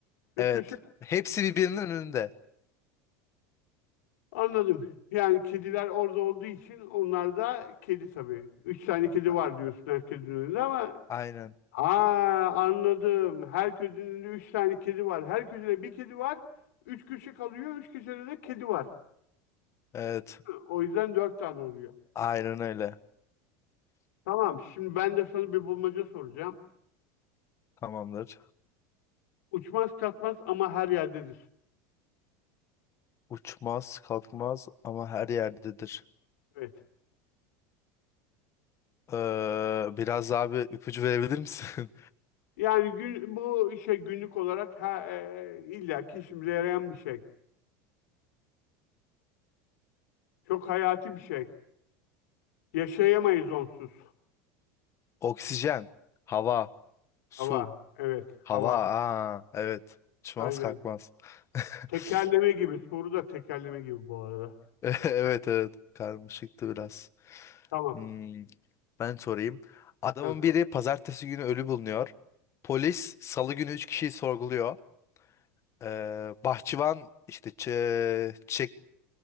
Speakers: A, on the left; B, on the left.
A: ve
B: Evet.
A: köşe
B: Hepsi birbirinin önünde.
A: anladım. Yani kediler orada olduğu için onlar da kedi tabii. Üç tane kedi
B: A-
A: var diyorsun her kedinin önünde ama
B: Aynen.
A: Aa anladım. Her köşede üç tane kedi var. Her köşede bir kedi var. Üç köşe kalıyor. Üç köşede de kedi var.
B: Evet.
A: O yüzden dört tane oluyor.
B: Aynen öyle.
A: Tamam. Şimdi ben de sana bir bulmaca soracağım.
B: Tamamdır.
A: Uçmaz kaçmaz ama her yerdedir.
B: Uçmaz, kalkmaz ama her yerdedir.
A: Evet.
B: Ee, biraz daha bir ipucu verebilir misin?
A: Yani gün, bu işe günlük olarak ha, e, illaki işimize yarayan bir şey. Çok hayati bir şey. Yaşayamayız onsuz.
B: <laughs> Oksijen, hava, su,
A: Hava. Evet.
B: hava.
A: Hava.
B: Aa, evet. Uçmaz,
A: Aynen.
B: kalkmaz. <laughs>
A: Tekerleme gibi. Soru da tekerleme gibi bu arada.
B: <laughs> Evet evet karmaşıktı biraz.
A: Tamam.
B: Hmm, ben sorayım. Adamın
A: Sen
B: biri
A: sor.
B: pazartesi günü ölü bulunuyor. Polis salı günü 3 kişiyi sorguluyor. Ee, bahçıvan işte çe- çek,